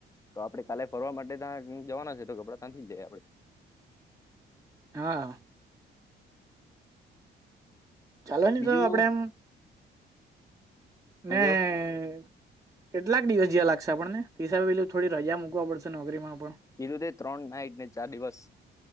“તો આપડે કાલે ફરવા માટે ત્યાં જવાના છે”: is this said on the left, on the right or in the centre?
Left